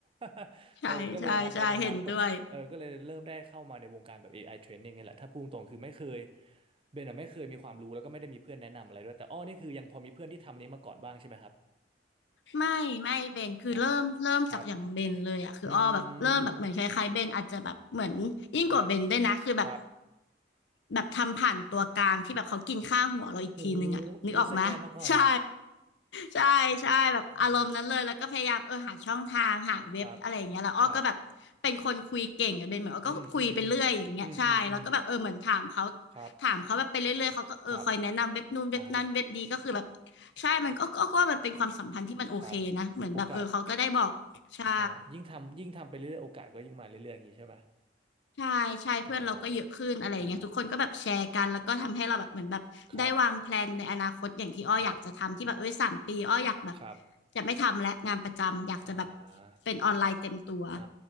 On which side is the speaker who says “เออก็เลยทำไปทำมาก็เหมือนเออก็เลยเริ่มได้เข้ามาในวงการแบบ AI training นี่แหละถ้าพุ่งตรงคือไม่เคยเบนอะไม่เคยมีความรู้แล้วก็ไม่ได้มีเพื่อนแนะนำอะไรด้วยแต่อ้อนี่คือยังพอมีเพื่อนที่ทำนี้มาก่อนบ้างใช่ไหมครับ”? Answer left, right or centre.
Right